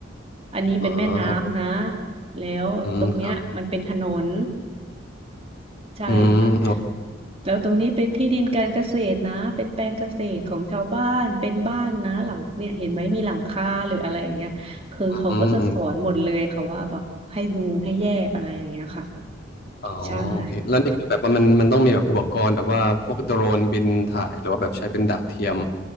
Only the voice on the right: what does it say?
อันนี้เป็นแม่น้ำนะ
แล้วตรงเนี้ยมันเป็นถนน
ใช่ค่ะ
แล้วตรงนี้เป็นที่ดินการเกษตรนะเป็นแปลงเกษตรของชาวบ้านเป็นบ้านนะหลังเนี่ยเห็นไหมมีหลังคาหรืออะไรอย่างเงี้ยคือเขาก็จะสอนหมดเลยค่ะว่าแบบให้ดูให้แยกอะไรอย่างเงี้ยค่ะ
ใช่ค่ะ